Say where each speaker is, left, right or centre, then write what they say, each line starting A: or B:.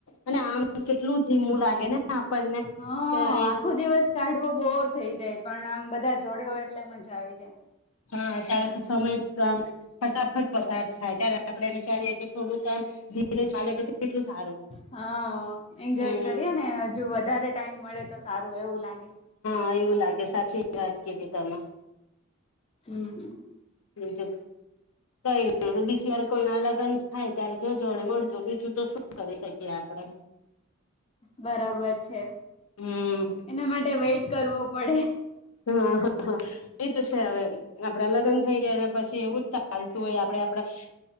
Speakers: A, on the left; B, on the left.
A: અને આમ કેટલું ધીમું લાગે ને. આપણને
B: હ
A: ત્યારે
B: આખો દિવસ કાઢવો બોર. થઈ જાય. પણ આમ બધા જોડે હોય એટલે મજા આવી જાય.
A: હા ત્યારે તો સમય આમ ફટાફટ પસાર થાય ત્યારે આપડે વિચારીએ કે થોડું કામ ધીરે ચાલે તો કેટલું સારું
B: હા એન્જોય
A: હમ
B: કરીએ ને હજુ વધારે ટાઈમ મળે. તો સારું એવું લાગે.
A: હં એવું લાગે સાચી વાત કીધી તમે.
B: હમ.
A: બીજું કઈ નહી બીજી વાર કોઈ ના લગ્ન થાય ત્યારે જોજો અને મળજો બીજું તો શું કરી શકીએ આપડે.
B: બરાબર છે
A: હમ
B: એના માટે વેઇટ કરવો પડે.
A: હા હા એ તો છે હવે ને આપડા લગન થઈ ગયા પછી એવું જ ચાલતું હોય આપે આપણા